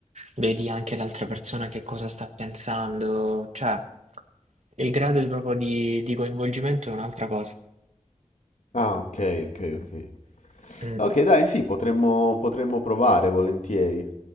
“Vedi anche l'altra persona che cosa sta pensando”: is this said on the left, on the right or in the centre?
Right